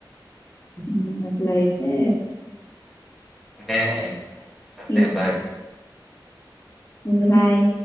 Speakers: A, on the left (about 30°); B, in the centre.
A: ఊ అట్లైతే
B: అంటే సర్లే
A: ఇహ్
B: బాయ్
A: ఊగున్నాయి